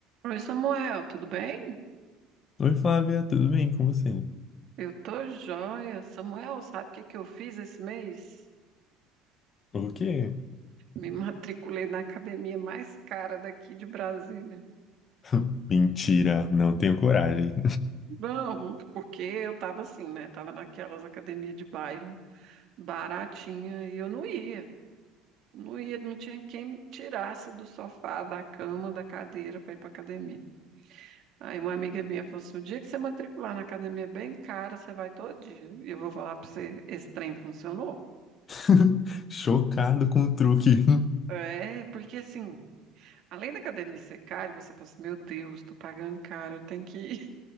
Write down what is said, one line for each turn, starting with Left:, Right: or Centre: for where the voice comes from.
Right: Oi, Samuel, tudo bem?
Left: Oi, Flávia, tudo bem com você?
Right: Eu tô joia. Samuel, sabe o que que eu fiz esse mês?
Left: O quê?
Right: Me matriculei na academia mais cara daqui de Brasília.
Left: <laughs> Mentira, não tenho coragem.
Right: Não, porque eu tava assim, né? Tava naquelas academias de bairro baratinha e eu não ia. Não ia, não tinha quem me tirasse do sofá, da cama, da cadeira para ir pra academia. Aí uma amiga minha falou assim, o dia que você matricular na academia bem cara, você vai todo dia. E eu vou falar pra você, esse trem funcionou?
Left: <laughs> Chocado com o truque.
Right: É, porque assim, Além da academia ser cara, você pensa, meu Deus, tô pagando caro, eu tenho que ir.